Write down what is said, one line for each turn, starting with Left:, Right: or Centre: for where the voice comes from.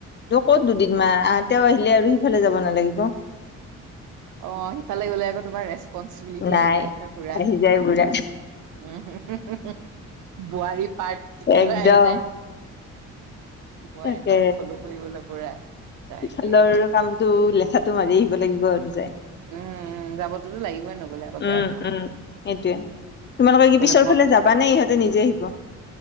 Left: ত' ক'ত দুদিনমান আহ তেওঁ আহিলে আৰু সিফালে যাব নালাগিব!
Right: অ', সিফালে গ'লে আকৌ তোমাৰ ৰেচ চিবিলিটি
Left: নাই
Right: আহি যায় নহয় পুৰা,
Left: আহি যায় বুঢ়া
Right: <unintelligible> বোৱাৰী পাৰ্ট
Left: একদম
Right: আহি যায়, বোৱাৰী
Left: তাকে
Right: পাৰ্ট ফ'ল্লো। কৰিবলে পুৰা। তাকেহে
Left: সিফালৰ কামতটো লেথাটো মাৰি আহিব লাগিব আৰু যায়।
Right: উম, উম, যাবতোতো লাগিবই নগ'লে আকৌ
Left: উম
Right: বেয়া পাব।
Left: উম সেইটোয়ে তোমালোকে কি
Right: গলে
Left: পিছৰফালে
Right: মন
Left: যাবানে ইহঁতে নিজে আহিব?